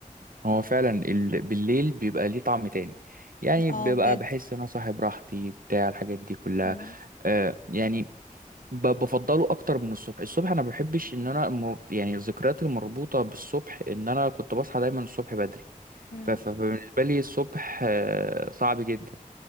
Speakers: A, on the right; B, on the left.
A: هو فعلا ال... بالليل بيبقى ليه طعم تاني يعني
B: اه
A: بيبقى
B: بجد
A: بحس ان انا صاحي براحتي بتاع الحاجات دي كلها
B: مم.
A: آه، يعني ب- بفضله اكتر من الصبح الصبح انا ما بحبش ان انا مر... يعني الذكريات المربوطه بالصبح ان انا كنت بصحى دايما الصبح بدري
B: مم.
A: ف... ف- فبالنسبه لي الصبح آه، صعب جدا